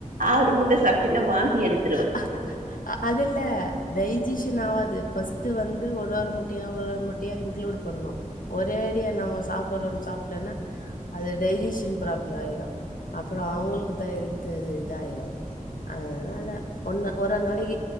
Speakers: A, on the right; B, on the left.
A: ஆறு முட்ட சாப்பிட்டினா வாந்தி எடுத்
B: <unintelligible> அதுல்லே டைஜிஷன் ஆவாது ஃபஸ்ட் வந்து ஒரு ஒரு முட்டையா ஒரு ஒர் முட்டையா இன்குளூட் பண்ணணு ஒரேடியா நம்ம சாப்புட்றோன் சாப்டோன்னா அது டைஜிஷன் ப்ராப்ளோ ஆயிரு அப்பறோ அவங்களுக்கு தா ஹெல்து இதாயிரு அதனால ஒன்ன ஒரு ஒரு நாளக்கி